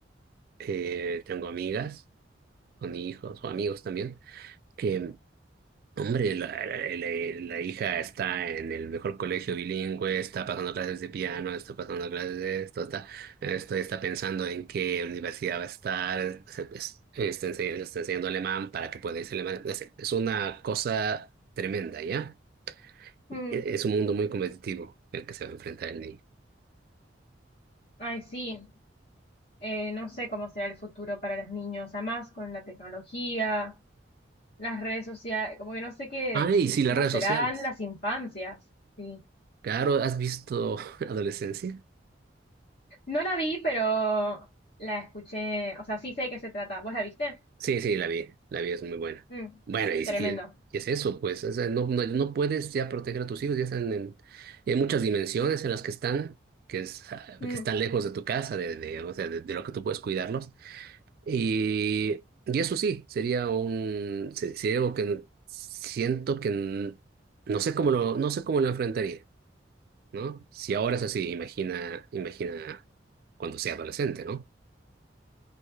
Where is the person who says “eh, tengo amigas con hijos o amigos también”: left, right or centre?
Right